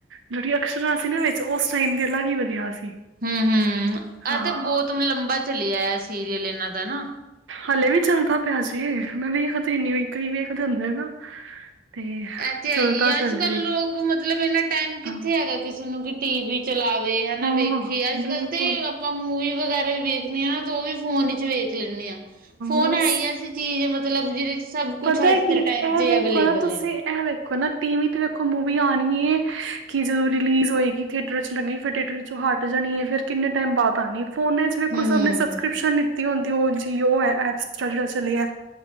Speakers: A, on the right; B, on the right.
A: ਜਿਹੜੀਆਂ ਅਕਸ਼ਰਾਂ ਸੀ ਵੇਖਣ। ਉਸ ਟਾਈਮ ਦੀ ਅਲੱਗ ਹੀ ਵਧੀਆ ਸੀ।
B: ਹਮ ਹਮ, ਆਹ
A: ਹਾਂ,
B: ਤੇ ਬਹੁਤ ਲੰਬਾ ਚਲਿਆ ਸੀਰੀਅਲ ਇਹਨਾਂ ਦਾ ਨਾ।
A: ਹਲੇ ਵੀ ਚੱਲਦਾ ਪਿਆ ਜੇ, ਮੈਂ ਵੇਖਦੀ ਨੀ ਕਈ ਵੇਖਦੇ ਹੁੰਦੇ ਨਾ। ਤੇ
B: ਇ ਤੇ ਹੈ
A: ਚੱਲਦਾ
B: ਈ, ਅੱਜ
A: ਪਹਿਲੇ
B: ਕੱਲ੍ਹ
A: ਵੀ
B: ਲੋਕ ਮਤਲਬ ਇੰਨਾ ਟਾਈਮ ਕਿੱਥੇ
A: ਆਹੋ
B: ਹੈਗਾ ਕਿਸੇ ਨੂੰ ਕਿ ਟੀ ਵੀ ਚਲਾਵੇ ਹਨਾ
A: ਹਾਂ
B: ਵੇਖੇ, ਅੱਜ
A: ਬਿਲਕੁਲ
B: ਕੱਲ੍ਹ ਤੇ ਆਪਾਂ ਮੂਵੀ ਵਗੈਰਾ ਵੀ ਵੇਖਦੇ ਹਾਂ ਨਾ ਤੇ ਉਹ ਵੀ ਫੋਨ ਵਿੱਚ ਵੇਖ ਲੈਂਦੇ ਹਾਂ। ਫੋਨ
A: ਬਸ
B: ਹੈ ਈ ਐਸੀ ਚੀਜ਼ ਮਤਲਬ ਜਿਹਦੇ ਸਭ ਕੁਛ
A: ਪਤਾ
B: ਅੱਜ
A: ਕਿ
B: ਦੇ ਟਾਈਮ
A: ਐਂ
B: ਤੇ
A: ਵੇਖੋ
B: ਅਵੇਲੇਬਲ
A: ਨਾ ਤੁਸੀਂ,
B: ਹੈ
A: ਐਂ ਵੇਖੋ ਨਾ ਟੀ ਵੀ ਤੇ ਵੇਖੋ ਮੂਵੀ ਆਉਣੀ ਏ, ਕਿ ਜਦੋਂ ਰਿਲੀਜ਼ ਹੋਏਗੀ ਥੀਏਟਰ ਚ ਲਗੀ ਫਰ ਥੀਏਟਰ ਚ ਹਟ ਜਾਣੀ ਐਂ ਫੇਰ ਕਿੰਨੇ ਟਾਈਮ ਬਾਅਦ ਆਣੀ। ਫੋਨਾਂ ਚ ਵੇਖੋ
B: ਹੂੰ ਹੂੰ
A: ਸਭ ਨੇ ਸਬਸਕ੍ਰਿਪਸ਼ਨ ਲਿੱਤੀ ਹੁੰਦੀ ਉਹ ਜੀਓ ਹੈ, ਐਪਸ ਚਲੀ ਹੈ।